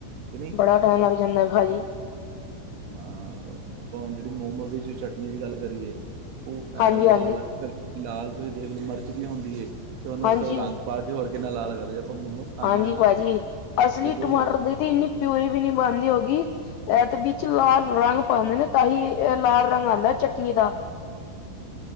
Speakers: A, on the right (about 75°); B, on the left (about 85°).
A: ਕਿ ਨਹੀਂ
B: ਬੜਾ ਟਾਈਮ ਲੱਗ ਜਾਦਾ ਹੈ ਭਾਜੀ।
A: ਹਾਂ, ਆਪਾਂ ਹੁਣ ਜਿਹੜੀ ਮੋਮੋ ਦੀ ਚਟਨੀ ਦੀ ਗਲ ਕਰੀਏ। ਉਹ ਹੈ
B: ਹਾਂਜੀ
A: ਲਾਲ
B: ਹਾਂਜੀ
A: ਫਿਰ ਲਾਲ ਤੁਸੀ ਦੇਖ ਲਓ ਮਿਰਚ ਵੀ ਹੁੰਦੀ ਹੈ। ਤੇ ਉਹਨੂੰ
B: ਹਾਂਜੀ
A: ਉਸ ਰੰਗ ਪਾ ਕੇ ਹੋਰ ਕਿਨਾ ਲ ਕਰਦੇ ਆਪਾਂ ਮੋਮੋਸ ਖਾਂਦੇ
B: ਹਾਂਜੀ
A: ਹਾਂ ਨਾ
B: ਭਾਜੀ ਅਸਲੀ
A: ਜਦੋਂ
B: ਟਮਾਟਰ ਦੀ ਤੇ ਇਨੀ ਪਿਊਰੀ ਵੀ ਨਹੀ ਬਣਦੀ ਹੋਏਗੀ। ਇਹ ਤੇ ਵਿਚ ਲਾਲ ਰੰਗ ਪਾਉਦੇ ਨੇ ਤਾਹੀ ਲਾਲ ਰੰਗ ਆਉਂਦਾ ਚਟਨੀ ਦਾ।